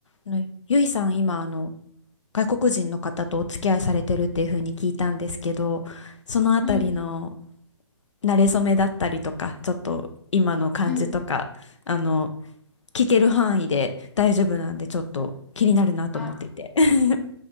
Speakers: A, on the left; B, in the centre.
A: あのゆいさん、今、あの、外国人の方とお付き合いされてるっていうふうに聞いたんですけど、そのあたりの
B: はい、
A: 馴れ初めだったりとか、ちょっと今の感じとか、
B: はい、
A: あの、聞ける範囲で大丈夫なんで、ちょっと気になるなと思っていて。
B: あ、
A: <laughs>